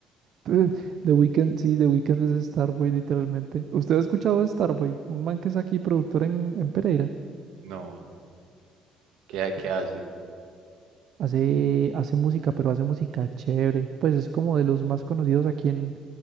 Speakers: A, on the right; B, on the right.
A: Pero The Weeknd, sí, The Weeknd es Starboy, literalmente. ¿Usted ha escuchado a Starboy? Un man que es aquí productor en, en Pereira.
B: No, ¿qué,
A: Sí.
B: qué hace?
A: Hace, hace música, pero hace música chévere. Pues es como de los más conocidos aquí en,